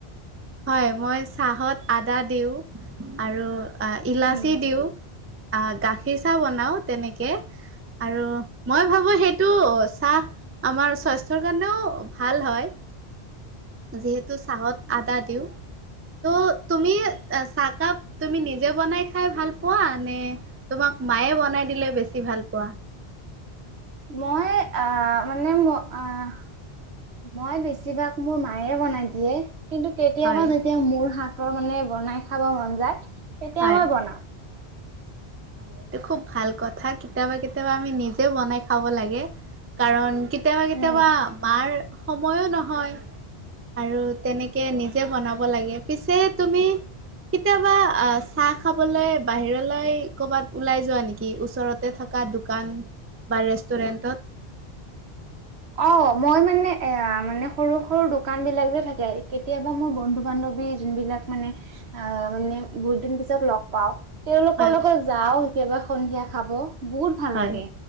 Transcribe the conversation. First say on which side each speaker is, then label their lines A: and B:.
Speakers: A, on the right (about 20°); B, on the right (about 75°).
A: হয় মই চাহত আদা দিওঁ আৰু ইলাচি
B: উম
A: দিওঁ। আঁহ গাখীৰ চাহ বনাওঁ তেনেকে। আৰু মই ভাবো সেইটো চাহ আমাৰ স্বাস্থ্যৰ কাৰণেও ভাল হয়। যিহেতু চাহত আদা দিওঁ। ত' তুমি চাহকাপ তুমি নিজে বনাই খাই ভাল পোৱা নে তোমাক- মায়ে বনাই দিলে বেছি ভাল পোৱা।
B: মই আহ মানে ম আহ- মই বেছিভাগ মোৰ মায়ে বনাই দিয়ে। কিন্তু কেতিয়াবা
A: হয়
B: যেতিয়া মোৰ হাতৰ মানে বনাই খাব মন যায় তেতিয়া
A: হয়
B: মই বনাওঁ।
A: হয় এইটো খুব ভাল কথা কেতিয়াবা কেতিয়াবা আমি নিজে বনাই খাব লাগে। কাৰণ কেতিয়াবা কেতিয়াবা
B: উম
A: মাৰ সময়ো নহয়। আৰু তেনেকে নিজে বনাব লাগে পিছে তুমি- কেতিয়াবা আহ চাহ খাবলৈ বাহিৰলৈ- ক'ৰবাত ওলাই যোৱা নেকি। ওচৰতে থকা দোকান বা ৰেষ্টুৰেণ্টত। <unintelligible>
B: অঁ মই মানে এ মানে সৰু সৰু দোকান বিলাক যে থাকে কেতিয়াবা মোৰ বন্ধু বান্ধৱী- বিলাক মানে অঁ মানে বহুত দিন পিছত লগ পাওঁ- তেওঁলোকৰ
A: হয়
B: লগত যাওঁ কেতিয়াবা সন্ধিয়া খাব বহুত ভাল
A: হয়
B: লাগে।